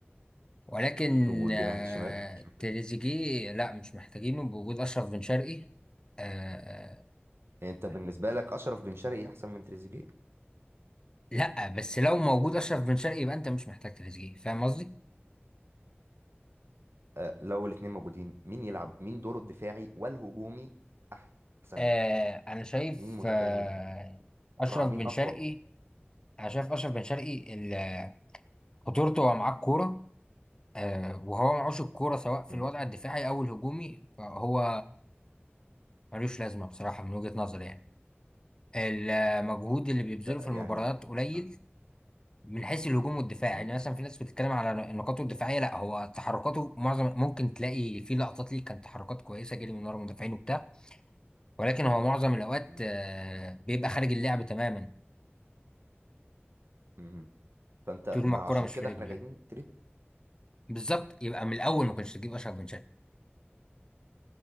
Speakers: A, on the left; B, on the right.
A: ولكن
B: والجناح
A: آه،
B: الشمال مش محتاج
A: تريزيجيه لا مش محتاجينه بوجود اشرف بن شرقي آه،
B: يعني أنت بالنسبة لك أشرف بن شرقي أحسن من تريزيجيه
A: لا بس لو موجود اشرف بن شرقي يبقى انت مش محتاج تريزيجيه فاهم قصدي
B: أه لو الاتنين موجودين مين يلعب مين دوره الدفاعي والهجومي أحسن
A: آه، انا شايف
B: مين متكامل
A: آه،
B: أسرع
A: اشرف
B: مين
A: بن
B: أقوى
A: شرقي انا شايف اشرف بن شرقي ال- خطورته هو معاه الكوره آه، وهو معوش الكورة سواء في
B: مم.
A: الوضع الدفاعي أو الهجومي فهو ملوش لازمة بصراحة من وجهة نظري يعني المجهود اللي بيبذله
B: ت-
A: في
B: يعني
A: المباريات قليل
B: آه.
A: من حيث الهجوم والدفاع
B: مم.
A: يعني مثلا في ناس بتتكلم على نقاطه الدفاعية لا هو تحركاته معظم ممكن تلاقي في لقطات ليه كانت تحركات كويسة جري من ورا المدافعين وبتاع ولكن هو
B: آه.
A: معظم الأوقات
B: مم.
A: آه، بيبقى خارج اللعب تماما
B: مم. فأنت
A: طول
B: ما
A: ما الكورة
B: هو عشان
A: مش
B: كده
A: في رجله
B: إحنا جايبين
A: يعني
B: تريد
A: بالظبط يبقى من الأول ما كنتش تجيب أشرف بن شرقي